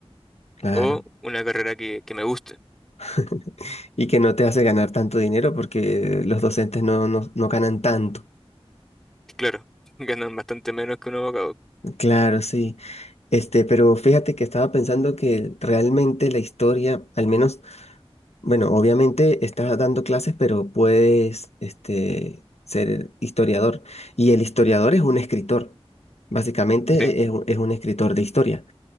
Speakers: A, on the left; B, in the centre.
A: Claro.
B: o una carrera que, que me guste.
A: <laughs> Y que no te hace ganar tanto dinero porque los docentes no, no, no ganan tanto.
B: Claro, <laughs> ganan bastante menos que un abogado.
A: Claro, sí. Este, pero fíjate que estaba pensando que realmente la historia, al menos, bueno, obviamente estás dando clases, pero puedes, este, ser historiador. Y el historiador es un escritor. Básicamente
B: Sí,
A: es, un es un escritor de historia.